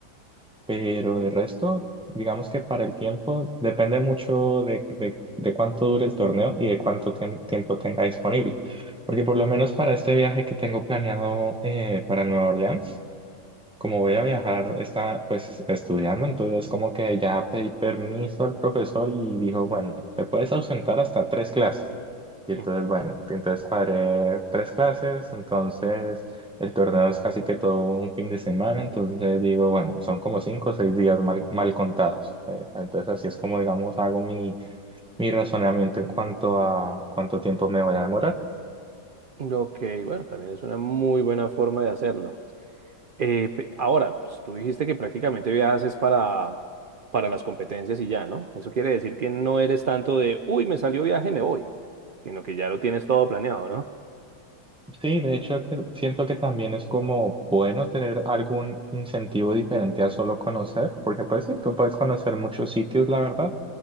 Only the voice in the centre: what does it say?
Pero de resto, digamos que para el tiempo depende mucho de, de- de cuánto dure el torneo y de cuánto tiem- tiempo tenga disponible. Porque por lo menos para este viaje que tengo planeado eh, para Nueva Orleans, como voy a viajar, está pues estudiando, entonces como que ya pedí permiso al profesor y dijo, bueno, te puedes ausentar hasta tres clases. Y entonces,
bueno, entonces cuadré tres clases, entonces el torneo es casi que todo un fin de semana, entonces digo, bueno, son como cinco o seis días mal, mal contados. Eh, entonces así es como, digamos, hago mi, mi razonamiento en cuanto a cuánto tiempo me voy a demorar.
Sí, de hecho, que siento que también es como bueno tener algún incentivo diferente a solo conocer, porque pues sí, tú puedes conocer muchos sitios, la verdad,